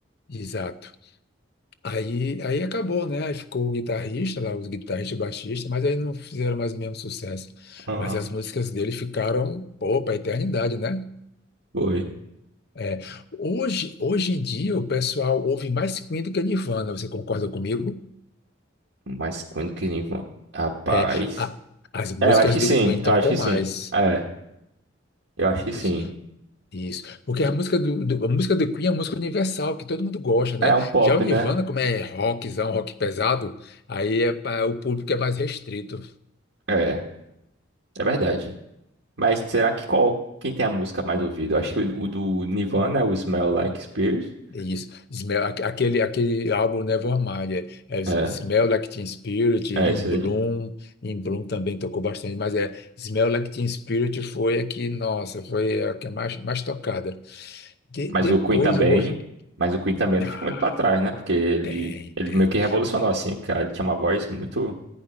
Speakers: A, on the left; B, on the right.
A: exato. Aí, aí acabou, né? Aí ficou o guitarrista lá, os guitarristas, e baixista, mas aí não fizeram mais o mesmo sucesso.
B: Aham.
A: Mas as músicas dele ficaram, pô, pra eternidade, né?
B: Foi.
A: É, hoje, hoje em dia o pessoal ouve mais Queen do que Nirvana, você concorda comigo?
B: Mas quando que ele... va- Rapaz...
A: É, a- as músicas
B: É, eu acho que
A: do
B: sim.
A: Queen tocam
B: Eu acho que
A: mais.
B: sim. É, eu acho
A: Isso,
B: que sim.
A: isso. Porque a música do, do- a música do Queen é uma música universal, que todo mundo gosta, né?
B: É um pop,
A: Já o Nirvana,
B: né?
A: como é rockzão, rock pesado, aí é para o público é mais restrito.
B: É, é verdade. Mas será que qual... Quem tem a música mais ouvida? Eu acho que o, o do Nirvana é o Smell Like Spirit.
A: Isso. Smell- aque- aquele, aquele álbum Nevermind, é, é Smell
B: É,
A: Like Teen Spirit,
B: é
A: In
B: isso
A: Bloom,
B: aí.
A: In Bloom também tocou bastante, mas é Smell Like Teen Spirit foi a que, nossa, foi a que é mais, mais tocada. De-
B: Mas
A: depois
B: o Queen também...
A: eu gosto.
B: Mas o Queen também não
A: Ah,
B: fica muito pra trás, né? Porque ele...
A: tem,
B: Ele
A: tem.
B: meio que revolucionou, assim, cara. Ele tinha uma voz muito...